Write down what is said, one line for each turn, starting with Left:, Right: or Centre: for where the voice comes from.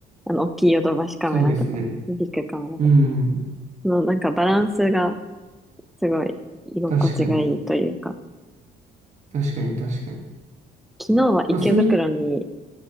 Centre: あの、大きいヨドバシカメラとか、
Right: そうですね。
Centre: ビッグカメラとか、
Right: うん。
Centre: のなんかバランスがすごい居心地がいいというか、
Right: 確かに。確かに、確かに。
Centre: 昨日は池袋に
Right: まあ、すみ、